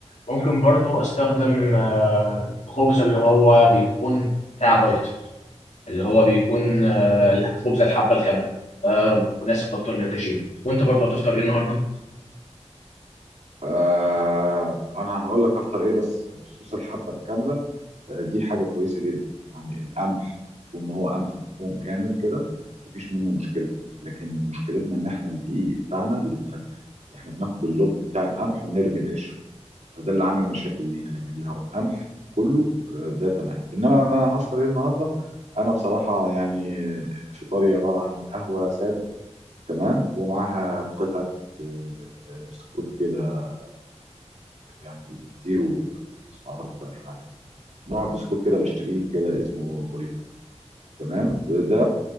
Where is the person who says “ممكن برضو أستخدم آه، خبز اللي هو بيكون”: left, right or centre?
Left